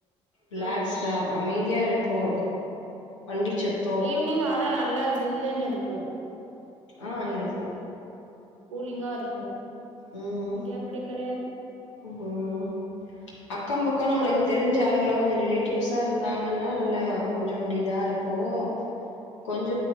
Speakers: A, on the left; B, on the right.
A: ரிலாகஸ்டா
B: ம்
A: அமைதியா இருக்கு வண்டிச்சத்
B: ஈவ்னிங் ஆனா நல்லா ஜில்லுன்னு இருக்கு
A: ஆ இருக்கு
B: கூலிங்கா இருக்கு
A: ம்
B: இங்க அப்டி கெடையாது
A: ம் அக்கம் பக்க நம்மளுக்கு தெரிஞ்ச ஆளுங்கா கொஞ்ச ரிலேட்டிவ்ஸா இருந்தாங்கன்னா நல்ல கொஞ்ச ஒரு இதா இருக்கு ஓ கொஞ்ச